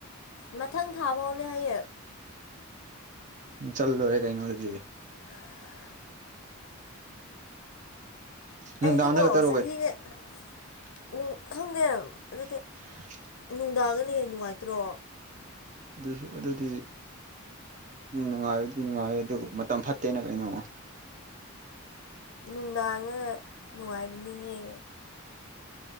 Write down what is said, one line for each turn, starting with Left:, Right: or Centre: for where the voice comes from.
Left: ꯃꯊꯪ ꯊꯥ ꯐꯥꯎꯅꯦ ꯍꯥꯏꯌꯦ
Right: ꯎ ꯆꯠꯂꯨꯔꯦ ꯀꯩꯅꯣꯔꯗꯤ
Left: <unintelligible>
Right: ꯅꯨꯡꯗꯥꯡꯗꯒ
Left: ꯑꯩꯗꯤꯀꯣ
Right: ꯇꯔꯣ
Left: ꯆꯍꯤꯅꯦꯅꯨꯡ
Right: ꯀꯩꯅꯣ
Left: ꯈꯪꯗꯦ ꯑꯗꯨꯗꯤ
Right: <unintelligible>
Left: ꯅꯨꯡꯗꯥꯡꯗꯅ ꯍꯦ ꯅꯨꯡꯉꯥꯏꯇ꯭ꯔꯣ
Right: ꯑꯗꯨꯁꯨ ꯑꯗꯨꯗꯤ ꯅꯨꯡꯉꯥꯏꯔꯗꯤ ꯅꯨꯡꯉꯥꯏꯔꯦ ꯑꯗꯨꯕꯨ ꯃꯇꯝ ꯐꯠꯇꯦꯅ ꯀꯩꯅꯣ
Left: ꯅꯨꯡꯗꯥꯡꯉ ꯅꯨꯡꯉꯥꯏꯕꯅꯤꯍꯦ